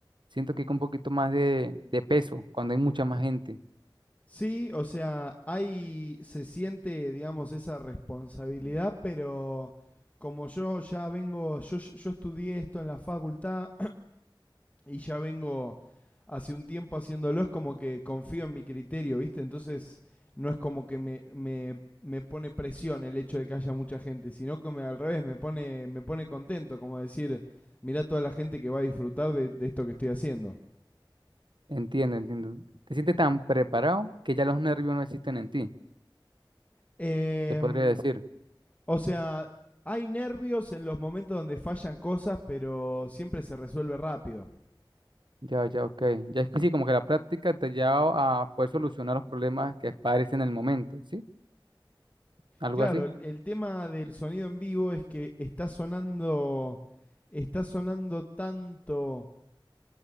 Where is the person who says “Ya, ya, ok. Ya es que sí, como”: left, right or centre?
Right